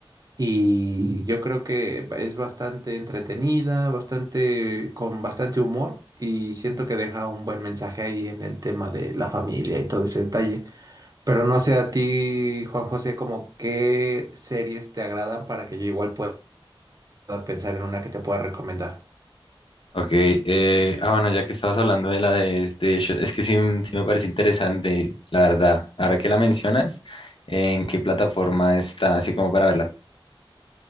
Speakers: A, on the right; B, on the left.
A: Y yo creo que es bastante entretenida, bastante, con bastante humor, y siento que deja un buen mensaje ahí en el tema de la familia y todo ese detalle. Pero no sé a ti, Juan José, como qué series te agradan para que yo igual pueda pensar en una que te pueda recomendar.
B: Ok, eh, ah bueno, ya que estabas hablando de la de este, Shot- es que sí, m- sí me parece interesante, la verdad. Ahora que la mencionas, ¿en qué plataforma está? Así como para verla.